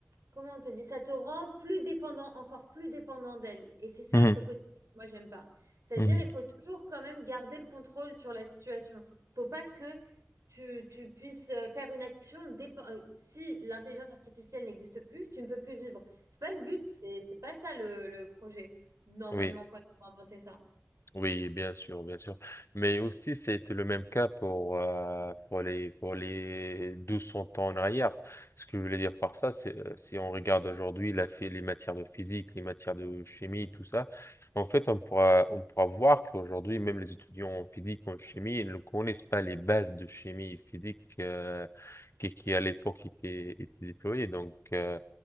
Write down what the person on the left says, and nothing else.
Mhm.
Mhm.
Oui,
oui, bien sûr, bien sûr. Mais aussi, c'était le même cas pour, euh, pour les, pour les 1200 ans en arrière. Ce que je voulais dire par ça, c'est euh, si on regarde aujourd'hui la, phé- les matières de physique, les matières de chimie, tout ça, en fait, on pourra, on pourra voir qu'aujourd'hui, même les étudiants en physique, en chimie, ils ne connaissent pas les bases de chimie et physique euh, qui, qui, à l'époque, étaient, étaient déployées. Donc, euh,